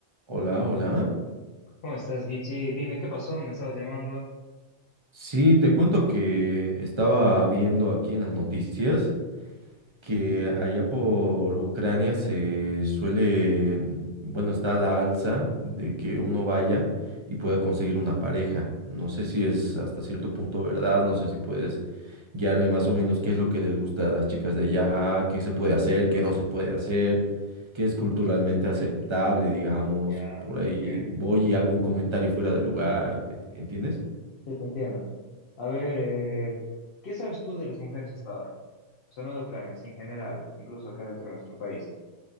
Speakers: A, on the right; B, on the left.
A: Hola, hola.
B: ¿Cómo estás, Gichi? Dime, ¿qué pasó? ¿Me estabas llamando?
A: Sí, te cuento que estaba viendo aquí en las noticias que allá por Ucrania se suele, mm, bueno, está a la alza de que uno vaya y pueda conseguir una pareja. No sé si es hasta cierto punto verdad, no sé si puedes guiarme más o menos qué es lo que les gusta a las chicas de allá, qué se puede hacer, qué no se puede hacer, qué es culturalmente aceptable, digamos.
B: Ya,
A: Por ahí
B: ok.
A: voy y hago un comentario fuera de lugar, ¿entiendes?
B: Sí, te entiendo. A ver, eh, ¿qué sabes tú de las mujeres hasta ahora? O sea, no de Ucrania, sino en general, incluso acá dentro de nuestro país.